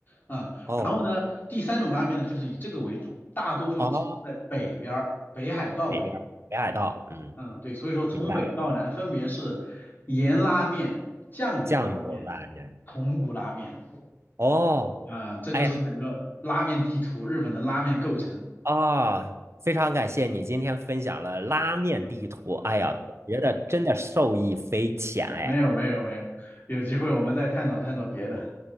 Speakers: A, on the left; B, on the right.
A: 啊。
B: 哦
A: 然后呢，第三种拉面呢，就是以这个为主，大多数集中在北边儿，
B: 哦，
A: 北海道为主，
B: 北边儿北海道，嗯，
A: 嗯，对，所以说从北到南分别是盐拉面、
B: 明白了。
A: 酱油拉面、
B: 酱油拉面。
A: 豚骨拉面
B: 哦，
A: 啊，这就是整个拉面地图，
B: 哎呀。
A: 日本的拉面构成。
B: 啊，非常感谢你今天分享了拉面地图。哎呀，我觉得真的受益匪浅哎。
A: 没有没有没有，有机会我们再探讨探讨别的。